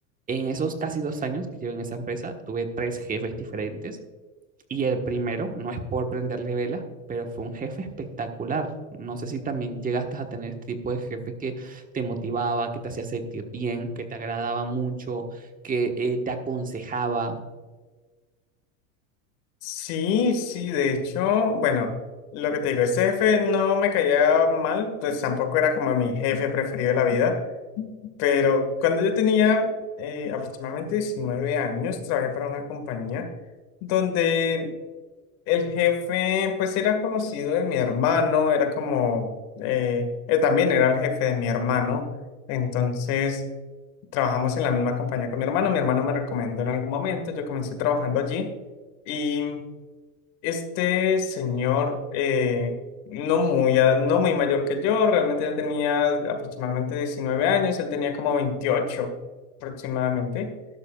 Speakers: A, on the right; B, on the left.
A: en esos casi dos años que llevo en esa empresa, tuve tres jefes diferentes y el primero, no es por prenderle velas, pero fue un jefe espectacular. No sé si también llegaste a tener este tipo de jefe que te motivaba, que te hacía sentir bien, que te agradaba mucho, que eh, te aconsejaba.
B: Sí, sí, de hecho, bueno, lo que te digo, ese jefe no me caía mal, pues tampoco era como mi jefe preferido de la vida, pero cuando yo tenía eh, aproximadamente 19 años, trabajé para una compañía donde el jefe, pues era conocido de mi hermano, era como, eh, él también era el jefe de mi hermano, entonces trabajamos en la misma compañía con mi hermano, mi hermano me recomendó en algún momento, yo comencé trabajando allí. Y este señor, eh, no muy, a- no muy mayor que yo, realmente ya tenía aproximadamente 19 años, él tenía como 28 aproximadamente.